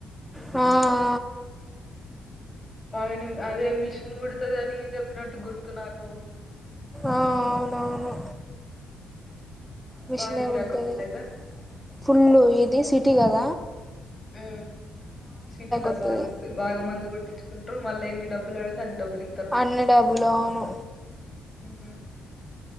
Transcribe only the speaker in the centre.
ఆ
ఆ అవునవును మిషనే
కుడతది
ఫుల్ ఇది సిటీ కద
వత్తది
అన్ని డబ్బులు అవును